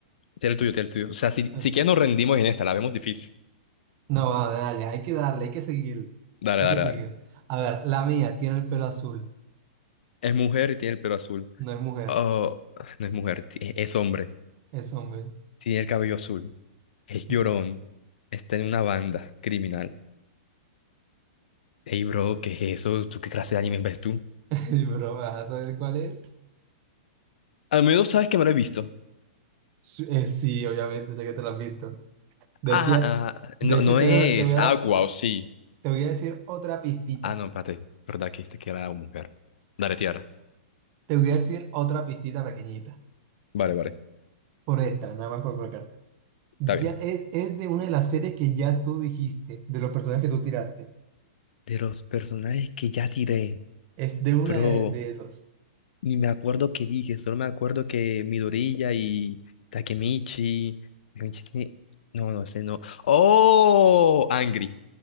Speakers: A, on the left (about 70°); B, on the right (about 30°).
A: tiene el tuyo, tiene el tuyo. O sea, si,
B: Bueno,
A: si quieres nos rendimos en esta, la vemos difícil.
B: no, va, dale, hay que darle, hay que seguir,
A: Dale,
B: hay
A: dale,
B: que seguir.
A: dale.
B: A ver, la mía tiene el pelo azul,
A: Es mujer y tiene el pelo azul.
B: no es mujer,
A: Oh, no es mujer, ti- es hombre.
B: es hombre.
A: Tiene el cabello azul. Es llorón.
B: Ujú.
A: Está en una banda criminal. Hey, bro, ¿qué es eso? ¿Tú qué clase de anime ves tú?
B: <laughs> Y, bro, ¿vas a saber cuál es?
A: Al menos sabes que me lo he visto.
B: Sí, eh, sí, obviamente, sé que te lo has visto. De
A: Ah,
B: hecho, ya-
A: ah,
B: de
A: no,
B: hecho
A: no
B: te
A: es.
B: voy a, dar- te voy a
A: Ah,
B: dar,
A: wow, sí.
B: te voy a decir otra pistita.
A: Ah, no, espérate. ¿Verdad que dijiste que era una mujer? Dale, tierra.
B: Te voy a decir otra pistita pequeñita.
A: Vale, vale.
B: Por esta, nada más por colocarte. Ya
A: Está bien.
B: es, es de una de las series que ya tú dijiste, de los personajes que tú tiraste.
A: De los personajes que ya tiré,
B: Es de una
A: pero
B: de, de esos.
A: ni me acuerdo qué dije, solo me acuerdo que Midoriya y Takemichi. Takemichi tiene- No, no sé, no. ¡Oh! Angry.